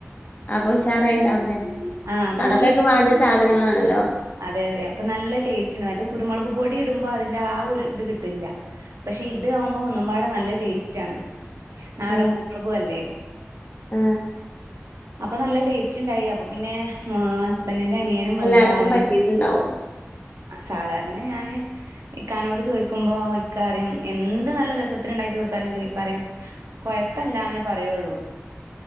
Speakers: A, on the left (about 35°); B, on the right (about 70°).
A: അപ്പൊ ഉഷാറായിണ്ടാവല്ലേ
B: ആ അപ്പൊ
A: അതൊക്കെ
B: നല്ല
A: ഒക്കെ വേണ്ടിയ സാധനങ്ങളാണല്ലോ
B: അതെ അതെ അപ്പൊ നല്ല ടേസ്റ്റ്ണ് മറ്റേ കുരുമുളക് പൊടി ഇടുമ്പോ അതിന്റെ ആ ഒരു ഇത് കിട്ടില്ല പക്ഷെ ഇത് ആവുമ്പോ ഒന്നുംപാടെ നല്ല ടേസ്റ്റ് ആണ് നാടൻ
A: ആ
B: കുരുമുളകും അല്ലേ
A: ആ
B: അപ്പൊ നല്ല ടേസ്റ്റ് ഇണ്ടായി അപ്പൊ പിന്നെ ആ ഹസ്ബൻഡിന്റെ അനിയനും വന്നു
A: എല്ലാർക്കും
B: അവനും
A: പറ്റിയിട്ടുണ്ടാവും
B: സാധാരണ ഞാന് ഇക്കാനോട് ചോദിക്കുമ്പോ ഇക്ക അറിയും എന്ത് നല്ല രസത്തി ഉണ്ടാക്കി കൊടുത്താലും ചോയിപ്പ പറയും കൊഴപ്പല്ലാന്നേ പറയുള്ളൂ